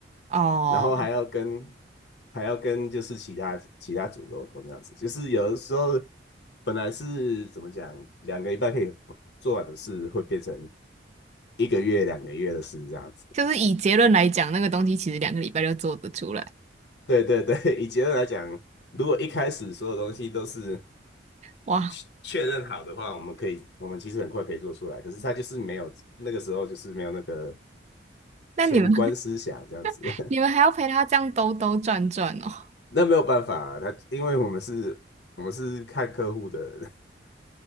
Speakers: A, on the right; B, on the left.
A: <laughs> 哦，
B: 然后还要跟还要跟就是其他其他组沟通这样子，就是有的时候本来是怎么讲，两个礼拜可以做完的事，会变成一个月、两个月的事这样子。
A: 就是以结论来讲，那个东西其实两个礼拜就做得出来。
B: 对对对，<laughs> 以结论来讲，如果一开始所有东西都是
A: 哇，
B: 确确认好的话，我们可以，我们其实很快可以做出来。可是他就是没有那个时候，就是没有那个
A: 那你们
B: 前观思想这样子。
A: <laughs> 你们还要陪他这样兜兜转转哦？
B: <laughs> 那没有办法、啊他因为我们是，我们是看客户的人